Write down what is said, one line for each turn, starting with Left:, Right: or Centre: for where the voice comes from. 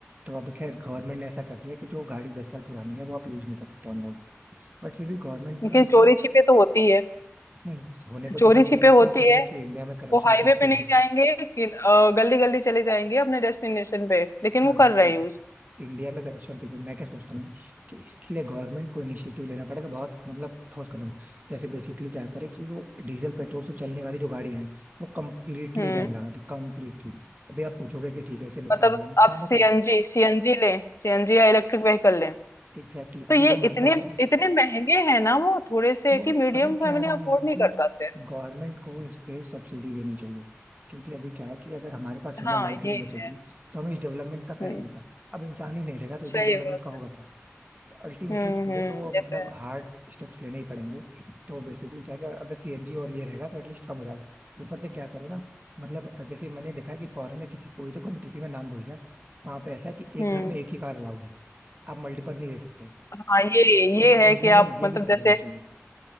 Right: तो अभी खैर गवर्नमेंट ने ऐसा कर दिया कि जो गाड़ी दस साल पुरानी है वो आप यूज नहीं कर सकते हम लोग बट फिर भी गवर्नमेंट को
Left: लेकिन
Right: ना मतलब
Left: चोरी छिपे तो होती है
Right: नहीं होने को
Left: चोरी
Right: तो सब
Left: छिपे
Right: होते हैं आपको
Left: होती
Right: ही पता
Left: है
Right: है कि इंडिया में करप्शन
Left: वो हाईवे
Right: पीक
Left: पे
Right: पे
Left: नहीं
Right: है
Left: जाएंगे कि गली गली चले जाएंगे अपने डेस्टिनेशन पे लेकिन
Right: हाँ
Left: वो कर रहे हैं यूज
Right: इंडिया में करप्शन पे मैं क्या सोचता हूँ कि इसके लिए गवर्नमेंट को इनिशिएटिव लेना पड़ेगा बहुत मतलब ठोस कदम जैसे बेसिकली क्या करे कि वो डीजल पेट्रोल से चलने वाली जो गाड़ियां हैं वो कंप्लीटली
Left: हम्म
Right: बैन लगा दे कंप्लीटली अभी आप पूछोगे कि ठीक है इससे नुकसान
Left: मतलब
Right: होगा नुकसान
Left: आप सीएनजी
Right: होगा
Left: सीएनजी लें सीएनजी या इलेक्ट्रिक व्हीकल लें
Right: एग्जैक्टली exactly,
Left: तो ये
Right: अभी मैं मानता
Left: इतने
Right: हूँ इस-
Left: इतने महंगे हैं ना वो थोड़े से
Right: तो
Left: कि मीडियम
Right: वही कह
Left: फैमिली
Right: रहा हूँ
Left: अफोर्ड नहीं
Right: कि
Left: कर पाते
Right: गवर्नमेंट को इस पे सब्सिडी देनी चाहिए क्योंकि अभी क्या है कि अगर हमारे पास ह्यूमन
Left: हाँ
Right: लाइफ ही
Left: ये
Right: नहीं बचेगी
Left: है
Right: तो हम इस डेवलपमेंट का
Left: हम्म
Right: करेंगे क्या अब इंसान ही नहीं रहेगा तो इतनी
Left: सही
Right: डेवलपमेंट
Left: बात
Right: का होगा क्या तो अल्टीमेटली
Left: हम्म
Right: थोड़े
Left: हम्म
Right: तो
Left: ये
Right: मतलब
Left: तो है
Right: हार्ड स्टेप्स लेने ही पड़ेंगे तो बेसिकली क्या है कि अगर सीएनजी और ये रहेगा तो एटलीस्ट कम हो जाएगा ऊपर से क्या करेगा मतलब जैसे मैंने देखा है कि फॉरेन में किसी कोई तो कंट्री थी मैं नाम भूल गया वहां पे ऐसा है कि
Left: हम्म
Right: एक घर में एक ही कार अलाउड है आप मल्टीपल नहीं ले सकते
Left: हाँ ये
Right: इन-
Left: ये
Right: इंडिया
Left: है कि
Right: में
Left: आप
Right: ये
Left: मतलब
Right: भी
Left: जैसे
Right: कर देना चाहिए